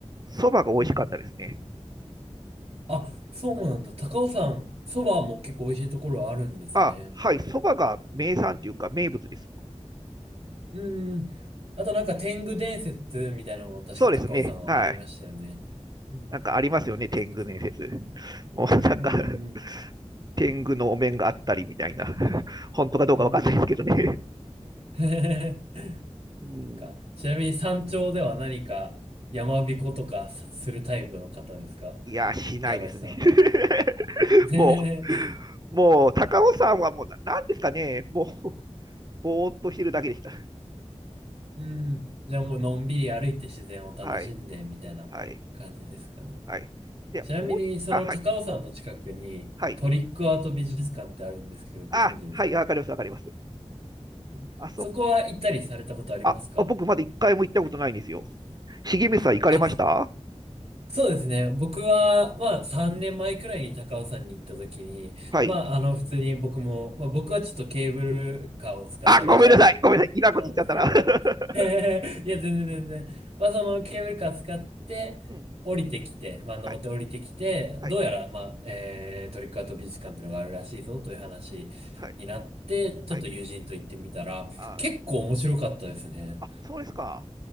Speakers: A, on the right; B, on the right.
A: そばが美味しかったですね。
B: うんうん。あ、そうなんだ。高尾さん、そばも結構美味しいところあるんですね。
A: あ、はい、そばが名産というか名物です。
B: うん。あとなんか天狗伝説みたいなのも確か高尾さんはありましたよね。
A: そうですね。はい。
B: うん。
A: なんかありますよね、天狗伝説。
B: そっかそっか
A: もうなんか、
B: うん。
A: <laughs> 天狗のお面があったりみたいな。<laughs> 本当かどうかわかんないですけどね。
B: うん。<laughs>
A: うん
B: か、ちなみに山頂では何か山彦とかするタイプの方ですか
A: いや、しないですね。
B: 平林さんは。
A: <laughs>
B: ねえ
A: もう、もう、高尾さんはもう、ななんですかね、もう、ぼーっとしてるだけでした。
B: うん。じゃあもうのんびり歩いて自然を楽しんでみたいな感じですかね。
A: はい、はい、はい。では、
B: ちなみにその高尾山の近くにトリックアート美術館ってあるんですけど、
A: コーヒー、あ、はい、はい。
B: ご存知ですか
A: あ、はい、わかります、わかります。
B: うんそこは行ったりされたことありますか
A: あ、そ、あ、あ僕まだ一回も行ったことないんですよ。重光さん行かれました
B: あ、そうですね。僕は、まあ、3年前くらいに高尾山に行った時に、
A: はい。
B: まあ、あの、普通に僕も、まあ、僕はちょっとケーブルカーを使ったんで邪道
A: あ、ごめんなさい、ごめんなさい。いらんこと言っちゃったな。
B: なんですけれども、
A: <laughs>
B: <laughs> いや、全然全然。まあ、そのケーブルカー使って、
A: うん。
B: 降りてきて、まあ、登って降りてきて、
A: はい。はい。
B: どうやら、まあ、えートリックアート美術館っていうのがあるらしいぞという話になって、
A: はい。
B: ちょっと友人と行ってみたら、
A: はい。あー、
B: 結構面白かったですね。
A: あ、そうですか。